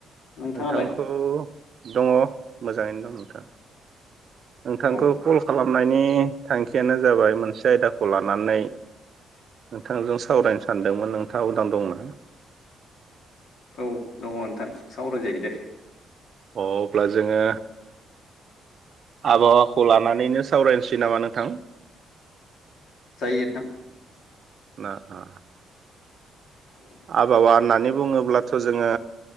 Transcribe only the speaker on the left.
नोंथाङालाय
औ
औ दङ' नोंथां, सावराय जायो दे।
जायो नोंथां।
<unintelligible>